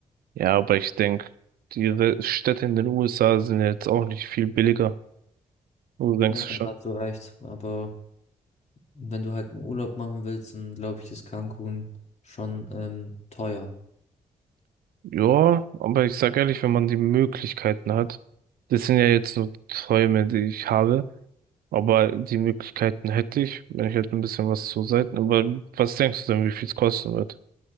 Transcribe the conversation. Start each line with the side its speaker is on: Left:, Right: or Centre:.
Right: Ja, aber ich denke, die Re- Städte in den USA sind ja jetzt auch nicht viel billiger. Oder denkst
Left: Ja,
Right: du schon?
Left: da hast du recht. Aber wenn du halt einen Urlaub machen willst, dann glaube ich, ist Cancun schon ähm, teuer.
Right: Ja, aber ich sag ehrlich, wenn man die Möglichkeiten hat, das sind ja jetzt nur Träume, die ich habe. Aber die Möglichkeiten hätte ich, wenn ich halt ein bisschen was zur Seite. Aber was denkst du denn, wie viel es kosten wird?